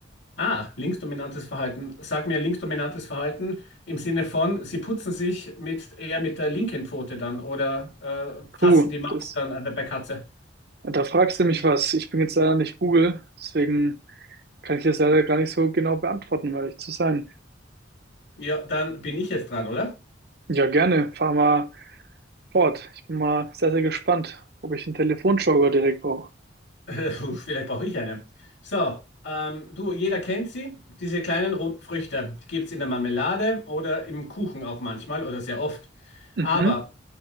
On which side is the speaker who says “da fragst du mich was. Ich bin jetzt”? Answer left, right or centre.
Right